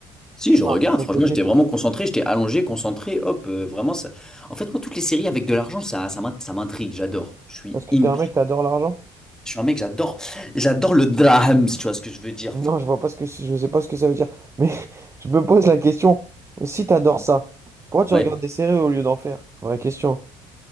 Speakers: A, in the centre; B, on the right (about 15°).
A: Si,
B: Tu
A: je
B: fais
A: regarde,
B: un truc à
A: franchement,
B: côté.
A: j'étais vraiment concentré, j'étais allongé, concentré, hop, euh, vraiment, ça... En fait, moi, toutes les séries avec de l'argent, ça, ça m'int- ça m'intrigue, j'adore. Je suis,
B: Parce que
A: im-
B: t'es un mec, t'adores l'argent?
A: je suis un mec, j'adore, j'adore le drame, si tu vois ce que je veux dire.
B: Non, je vois pas ce que je sais pas ce que ça veut dire. Mais <laughs> je me pose la question, si t'adores ça, pourquoi tu
A: Ouais.
B: regardes des séries au lieu d'en faire? Vraie question.